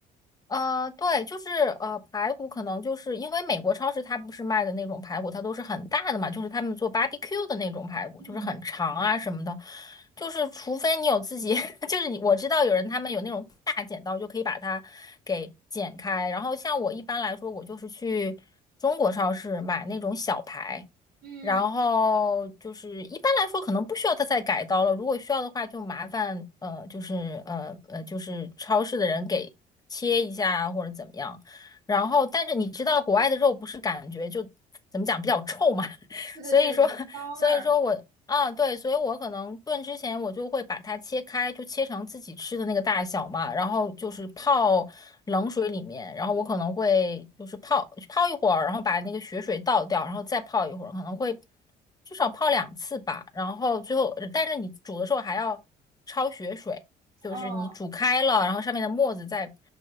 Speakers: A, on the left; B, on the right.
A: 呃，对，就是呃，排骨可能就是因为美国超市它不是卖的那种排骨，它都是很大的嘛，就是他们做 barbecue 的那种排骨，
B: 嗯
A: 就是很长啊什么的，就是除非你有自己，<laughs> 就是你我知道有人他们有那种大剪刀就可以把它给剪开，然后像我一般来说，我就是去中国超市买那种小排，
B: 嗯，
A: 然后就是一般来说可能不需要他再改刀了，如果需要的话就麻烦呃就是呃呃就是超市的人给切一下啊或者怎么样。然后但是你知道国外的肉不是感觉就怎么讲比较臭嘛，<laughs>
B: 对对对，
A: 所以说
B: 有骚味儿。
A: <laughs> 所以说我啊，对，所以我可能炖之前我就会把它切开，就切成自己吃的那个大小嘛，然后就是泡冷水里面，然后我可能会就是泡泡一会儿，然后把那个血水倒掉，然后再泡一会儿，可能会至少泡两次吧。然后最后，但是你煮的时候还要焯血水，就是你煮开了，
B: 哦
A: 然后上面的沫子再